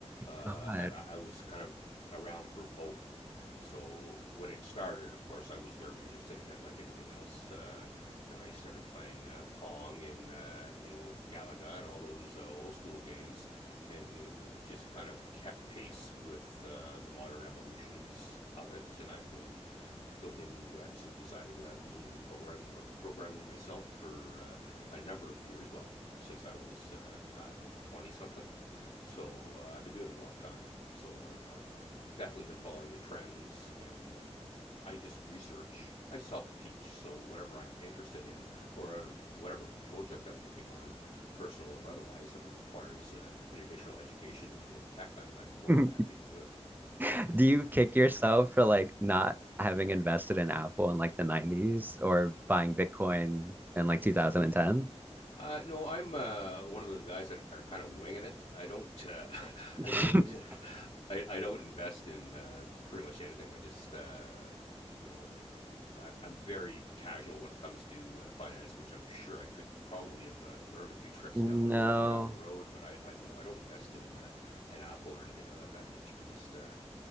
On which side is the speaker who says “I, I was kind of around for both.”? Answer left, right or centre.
Left